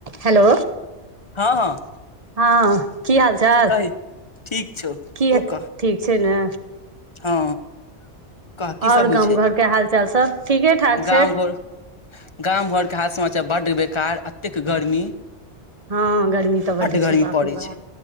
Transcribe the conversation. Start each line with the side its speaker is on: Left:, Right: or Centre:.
Right: हेलो
Left: हँ हँ
Right: हँ की हाल चाल
Left: कही ठीक छौ
Right: की
Left: तू कह
Right: ठीक छै ने
Left: हँ कह की
Right: आओर
Left: सब होइ
Right: गाम
Left: छै
Right: घरके हाल चाल सब ठीके ठाक
Left: गाम
Right: छै
Left: घर गाम घरके हाथ समाचार बड्ड बेकार एतेक गर्मी
Right: हँ गर्मी तऽ बड्ड
Left: गर्मी
Right: छै बाप
Left: पड़ै
Right: रै बा
Left: छै